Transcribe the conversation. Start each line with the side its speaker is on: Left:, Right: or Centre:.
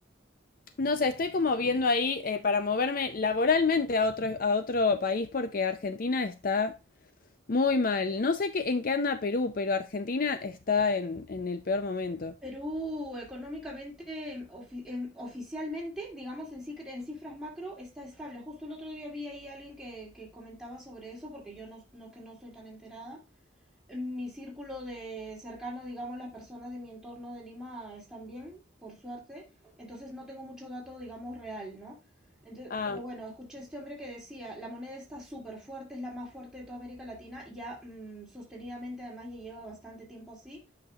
Left: No sé, estoy como viendo ahí eh, para moverme laboralmente a otro, a otro país porque Argentina está muy mal. No sé qué, en qué anda Perú, pero Argentina está en, en el peor momento.
Centre: Perú económicamente, em, ofi- em, oficialmente, digamos en, cifra- en cifras macro, está estable. Justo el otro día vi ahí alguien que, que comentaba sobre eso, porque yo no, no que no soy tan enterada. En mi círculo de cercano, digamos, las personas de mi entorno de Lima están bien, por suerte. Entonces no tengo mucho dato, digamos, real, ¿no? Entonces,
Left: Ah,
Centre: pero bueno, escuché a este hombre que decía, la moneda está súper fuerte, es la más fuerte de toda América Latina, y ya mm, sostenidamente además ya lleva bastante tiempo así